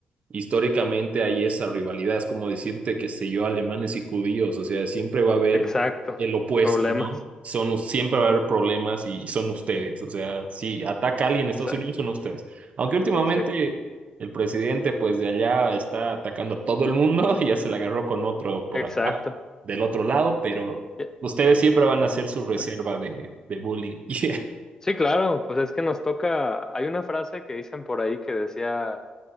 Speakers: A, on the right; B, on the left.
A: históricamente hay esa rivalidad, es como decirte, qué sé yo, alemanes y judíos, o sea, siempre va a haber
B: Exacto.
A: el opuesto,
B: Problemas.
A: ¿no? Son, us- siempre va a haber problemas y son ustedes, o sea, si ataca a alguien en
B: Exacto.
A: Estados Unidos, son ustedes. Aunque últimamente
B: Sí,
A: el presidente, pues de allá está atacando a todo el mundo, <laughs> ya se la agarró con otro por
B: exacto.
A: allá, del otro lado, pero
B: Yeah,
A: ustedes siempre van a ser su
B: exacto.
A: reserva de, de bullying. <laughs> Yeah.
B: Sí, claro, pues es que nos toca, hay una frase que dicen por ahí que decía,